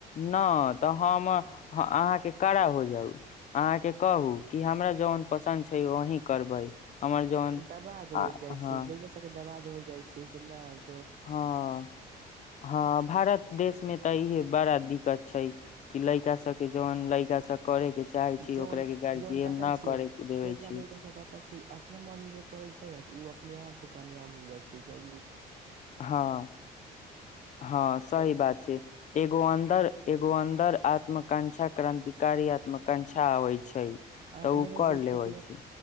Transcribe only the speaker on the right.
दबा देवल
जाइ
छै। लैका सबके दबा देवल जाइ छै से नाइ
जन
जन पता
छियै,
कितना
लैकासब पता छै अपना मर्जीसे करै छै ने, तऽ उ अपने आपसे कामयाब हो जाइ छै कियाकि ओ
तऽ
आ
देखै
छियै
कुछ लोक